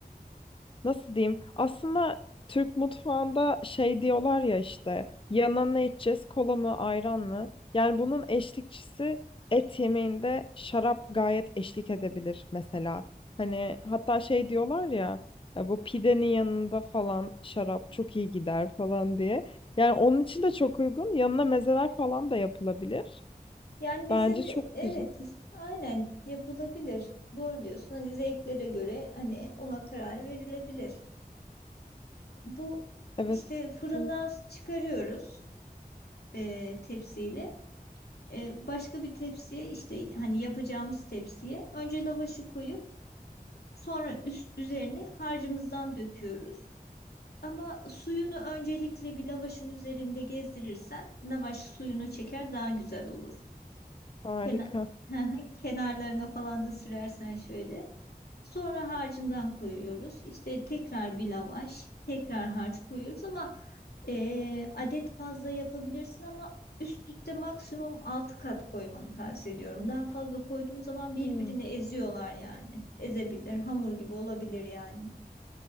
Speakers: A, on the left; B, on the left.
A: nasıl diyeyim? Aslında Türk mutfağında şey diyorlar ya işte yanına ne içeceğiz? Kola mı, ayran mı? Yani bunun eşlikçisi et yemeğinde şarap gayet eşlik edebilir mesela. Hani hatta şey diyorlar ya e, bu pidenin yanında falan şarap çok iyi gider falan diye. Yani onun için de çok uygun. Yanına mezeler falan da yapılabilir.
B: Yani mesela
A: Bence çok
B: evet
A: güzel.
B: aynen yapılabilir. Doğru diyorsun. Hani zevklere göre hani ona karar verilebilir. Bu
A: Evet.
B: işte fırından
A: Hı,
B: çıkarıyoruz e, tepsiyle. E, başka bir tepsiye işte hani yapacağımız tepsiye önce lavaşı koyup sonra üst, üzerine harcımızdan döküyoruz. Ama suyunu öncelikle bir lavaşın üzerinde gezdirirsen lavaş suyunu çeker daha güzel olur.
A: harika.
B: Kenar, <laughs> kenarlarına falan da sürersen şöyle. Sonra harcından koyuyoruz. İşte tekrar bir lavaş, tekrar harç koyuyoruz ama eee, adet fazla yapabilirsin ama üst üste maksimum 6 kat koymanı tavsiye ediyorum. Daha fazla koyduğun zaman birbirini
A: Hmm.
B: eziyorlar yani. Ezebilir, hamur gibi olabilir yani.